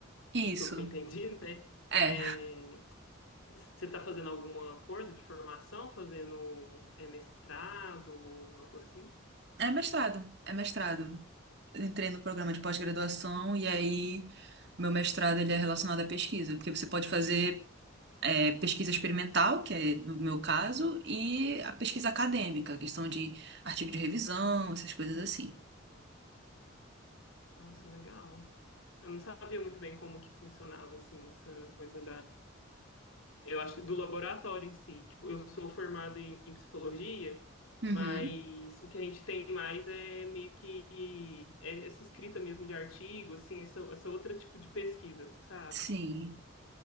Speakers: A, on the right; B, on the left.
A: Isso.
B: eh, pelo que eu entendi, <laughs> né?
A: É.
B: É, você tá fazendo alguma coisa de formação? Fazendo é, mestrado, algo assim?
A: É mestrado, é mestrado. Eu Entrei no programa de pós-graduação e aí meu mestrado ele é relacionado à pesquisa, porque você pode fazer é, pesquisa experimental, que é no meu caso, e a pesquisa acadêmica, a questão de artigo de revisão, essas coisas assim.
B: Nossa, legal. Eu não sabia muito bem como que funcionava, assim, essa coisa Eu acho que do laboratório em si. Tipo, eu sou formado em, em psicologia,
A: Uhum,
B: mas o que a gente tem mais é meio que é essa escrita mesmo de artigo, assim, essa, essa outra tipo de pesquisa, sabe?
A: sim.